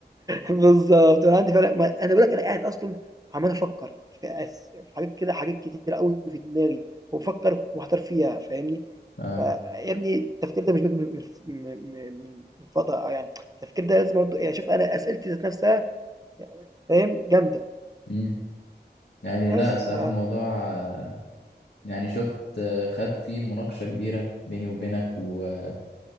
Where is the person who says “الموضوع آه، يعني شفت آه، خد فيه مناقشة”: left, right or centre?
Left